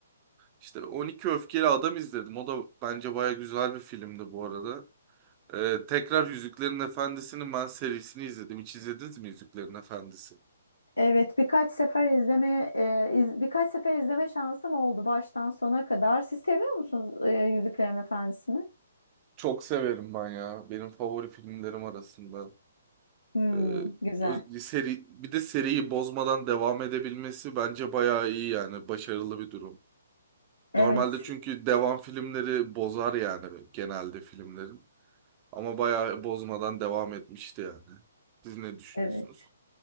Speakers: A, on the right; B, on the left.
A: İşte 12 Öfkeli Adam izledim. O da bence bayağı güzel bir filmdi bu arada. Ee, tekrar Yüzüklerin Efendisi'nin ben serisini izledim. Hiç izlediniz mi Yüzüklerin Efendisi?
B: Evet, birkaç sefer izlemeye e, iz- birkaç sefer izleme şansım oldu baştan sona kadar. Siz seviyor musunuz e, Yüzüklerin Efendisi'ni?
A: Çok severim ben ya. Benim favori filmlerim arasında.
B: Hmm,
A: Ee,
B: güzel.
A: ö- seri, bir de seriyi bozmadan devam edebilmesi bence bayağı iyi yani. Başarılı bir durum.
B: Evet,
A: Normalde çünkü devam filmleri bozar yani genelde filmlerin. Ama bayağı bozmadan devam etmişti yani. Siz ne düşünüyorsunuz?
B: evet.